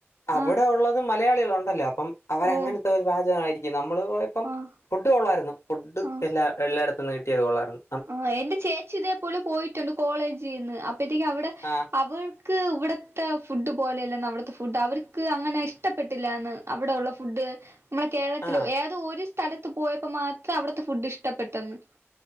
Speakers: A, on the left; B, on the right.
A: അവടെ
B: ആഹ്
A: ഒള്ളതും മലയാളികളൊണ്ടല്ലോ അപ്പം അവരങ്ങനത്തൊര്
B: ഓഹ്
A: പാചകായിരിക്കും നമ്മള് ഇപ്പം
B: ആഹ്
A: ഫുഡ് കൊള്ളാരുന്നു ഫുഡ്
B: ആഹ്
A: എല്ലാ എല്ലാടത്തന്നും കിട്ടിയത് കൊള്ളാരുന്നു.
B: ആഹ് എന്റെ ചേച്ചി ഇതേ പോലെ പോയിട്ടുണ്ട് കോളേജിന്ന് അപ്പഴ്ത്തേക്ക് അവടെ
A: ആഹ്,
B: അവ് ക്ക് ഇവട്ത്തെ ഫുഡ് പോലെയല്ലന്ന് അവിടുത്തെ ഫുഡ് അവ് ര്ക്ക് അങ്ങനെ ഇഷ്ടപ്പെട്ടില്ലാന്ന് അവിടെയൊള്ള ഫുഡ്. മ്മളെ കേരളത്തിലു
A: ആഹ്.
B: ഏതോ ഒര് സ്ഥലത്ത് പോയപ്പോ മാത്രം അവിടുത്തെ ഫുഡ് ഇഷ്ടപ്പെട്ടന്ന്.